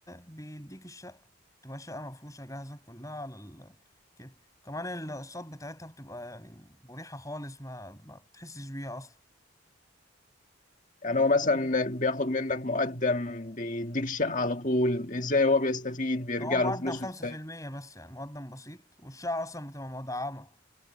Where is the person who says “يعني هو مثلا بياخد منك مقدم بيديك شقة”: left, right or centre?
Left